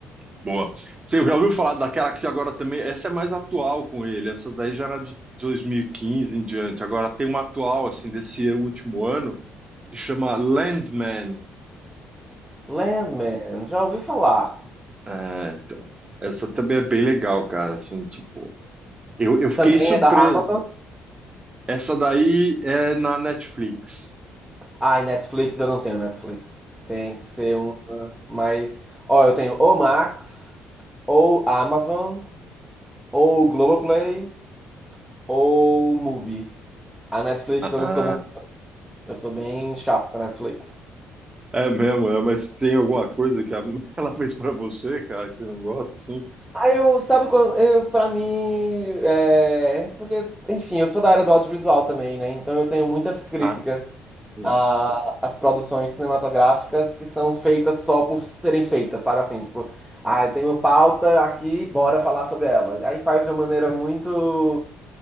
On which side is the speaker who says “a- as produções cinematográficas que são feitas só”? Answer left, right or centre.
Centre